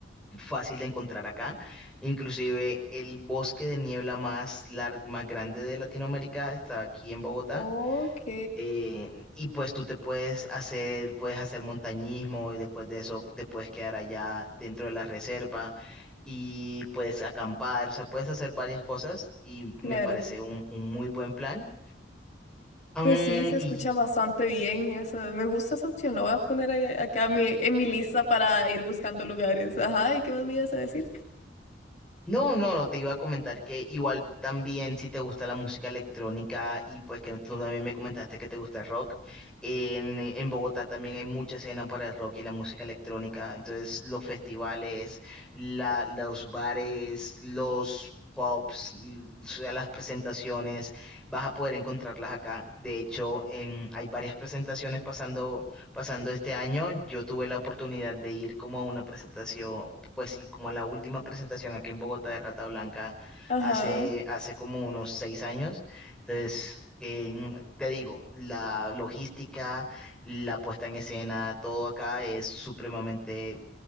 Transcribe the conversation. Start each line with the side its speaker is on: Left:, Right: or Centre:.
Centre: fácil de encontrar acá. Inclusive el bosque de niebla más, lar- más grande de Latinoamérica está aquí en Bogotá.
Left: ok,
Centre: Eh, y pues tú te puedes hacer, puedes hacer montañismo y después de eso te puedes quedar allá dentro de la reserva y puedes acampar, o sea, puedes hacer varias cosas y
Left: claro.
Centre: me parece un, un muy buen plan. Mm,
Left: Pues sí, se escucha
Centre: y
Left: bastante bien y eso. Me gusta esa opción, la voy a poner ahí- acá en mi, en mi lista para ir buscando lugares. Ajá, ¿y qué más me ibas a decir?
Centre: No, no, no, te iba a comentar que igual también si te gusta la música electrónica y pues que tú también me comentaste que te gusta el rock, en, en Bogotá también hay mucha escena para el rock y la música electrónica, entonces los festivales, la, los bares, los pubs, l- o sea, las presentaciones, vas a poder encontrarlas acá. De hecho, en, hay varias presentaciones pasando Pasando este año, yo tuve la oportunidad de ir como a una presentación, pues sí, como a la última presentación aquí en Bogotá de Rata Blanca
Left: Ajá.
Centre: hace, hace como unos seis años. Entonces, em, te digo, la logística, la puesta en escena, todo acá es supremamente